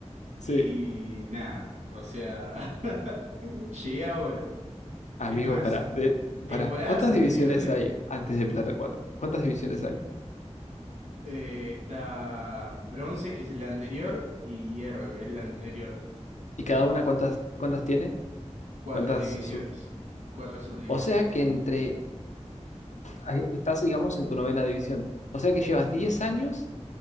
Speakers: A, on the left; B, on the right.
A: Sí.
B: Y nada, o sea, <laughs> llegué a oro.
A: Amigo,
B: Es más,
A: para, de,
B: temporadas
A: para. ¿Cuántas
B: anteriores
A: divisiones hay antes de plata cuatro ¿Cuántas divisiones hay?
B: eh, está bronce, que es la anterior, y hierro, que es la anterior.
A: ¿Y cada
B: O-
A: una cuántas, cuántas tiene?
B: cuatro
A: ¿Cuántas?
B: divisiones,
A: sub-
B: cuatro subdivisiones.
A: O sea que entre ah, estás, digamos, en tu novena división. O sea que llevas 10 años,